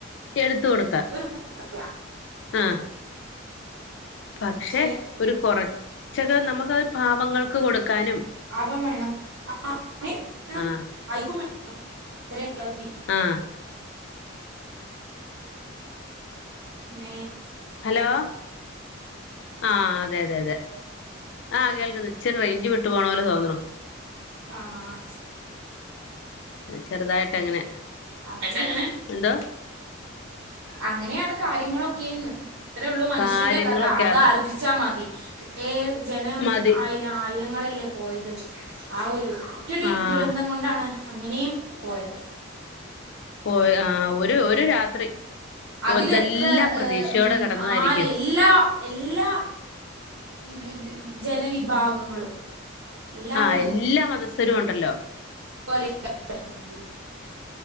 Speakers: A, on the left; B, on the right.
A: എടുത്ത് കൊടുക്ക
B: ഒരു ഇല്ല
A: ആഹ് പക്ഷെ
B: പക്ഷേ
A: ഒരു കുറചൊക്കെ നമുക്കത് പാവങ്ങൾക്ക് കൊടുക്കാനും
B: പാകം വേണം ആ <unintelligible> വേണം
A: ആഹ്
B: അത്ര അള
A: ആഹ്
B: ന്നേ
A: ഹലോ ആഹ് അതെ അതെ അതെ ആഹ് കേൾക്ക്ന്ന് ഇചെരെ റേയ്ഞ്ച് വിട്ടു പോണ പോലെ തോന്നണു
B: ആഹ്
A: ചെർതായിട്ടങ്ങനെ.
B: അങ്ങനെയാണ്
A: എന്തോ?
B: അങ്ങനെയാണ് കാര്യങ്ങളൊക്കെ ന്ന്. ഇത്രേള്ളൂ മനുഷ്യന്റെ
A: കാര്യങ്ങളൊക്കെ
B: കഥ അതാലോചിച്ചാ
A: അത്
B: മതി <unintelligible> ജനം
A: മതി
B: ആയി. ആയിരങ്ങളല്ലേ പോയത് ആ ഒരു ഒറ്റൊരു
A: ആഹ്
B: ദുരന്തം കൊണ്ടാണ്. അങ്ങനെയും പോയത്
A: പോയ ആഹ് ഒരു ഒരു രാത്രി
B: അതില്
A: ഇതെല്ലാം
B: എത്ര ഏഹ്
A: പ്രതീക്ഷയോടെ
B: മ്മ്
A: കടന്നതായിരിക്കും
B: ആര് എല്ലാ എല്ലാ വി ദ ജനവിഭാഗങ്ങളും. എല്ലാവരും
A: ആഹ് എല്ലാ മതസ്ഥരും ഒണ്ടല്ലോ?
B: പോലെ <unintelligible>